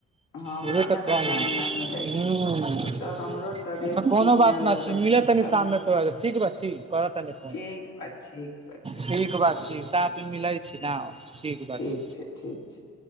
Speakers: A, on the left (about 75°); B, on the right (about 20°).
A: हमरो
B: उ
A: ने
B: तऽ
A: ने टाइम
B: ह
A: न मिलै छै तऽ हमरो तबियत
B: अच्छा कोनो
A: ठीक
B: बात नहि
A: लगै
B: छी मिलह
A: छै
B: तनी
A: तऽ
B: शाममे
A: हम
B: तो ठीक बात छी करतानी फोन।
A: ठीक बा ठीक बा चल
B: ठीक बात छी सात त मिलाइ छी ना। बा
A: ठीक
B: छी
A: छै ठीक छै।